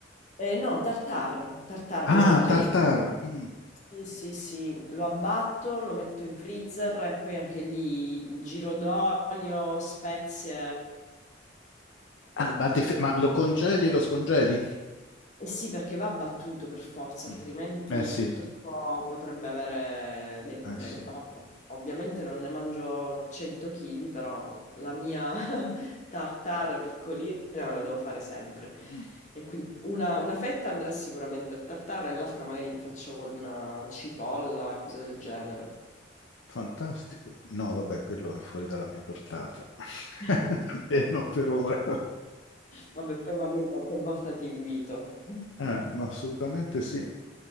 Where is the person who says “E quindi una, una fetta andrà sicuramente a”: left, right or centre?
Left